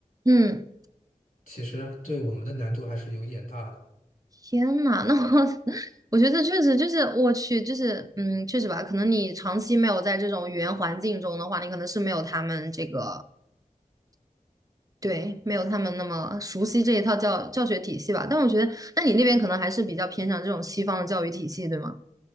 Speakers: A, on the right; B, on the left.
A: 嗯。
B: 其实对我们的难度还是有点大的。
A: 天呐，那我 <laughs> 我觉得确实就是我去，就是嗯，确实吧，可能你长期没有在这种语言环境中的话，你可能是没有他们这个，对，没有他们那么熟悉这一套教教学体系吧。但我觉得，那你那边可能还是比较偏向这种西方的教育体系，对吗？